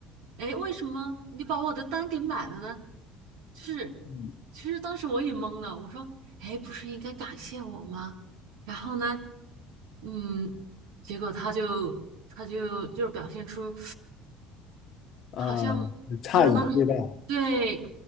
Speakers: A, on the right; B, on the left.
A: 哎，为什么你把我的单给买了呢？就是，
B: 嗯
A: 其实当时我也懵了，我说，哎，不是应该感谢我吗？然后呢，嗯，结果他就他就就是表现出
B: 呃诧异，
A: 好像就是那种，
B: 对吧？
A: 对，